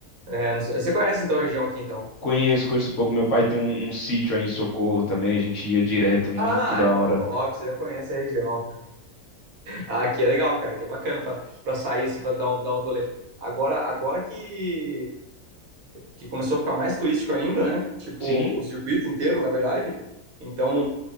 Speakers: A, on the right; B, on the left.
A: É, não sei- Você conhece, então, a região aqui, então?
B: conheço, conheço um pouco. Meu pai tem um, um sítio aí em Socorro também, a gente ia direto, muito
A: Ah,
B: da
A: então
B: hora.
A: top, você já conhece a região. Ah, aqui é legal, cara, que é bacana para sair, assim, para dar um, dar um rolê. Agora, agora que, que começou a ficar mais turístico ainda, né? Tipo,
B: Sim,
A: o circuito inteiro, na verdade. Então,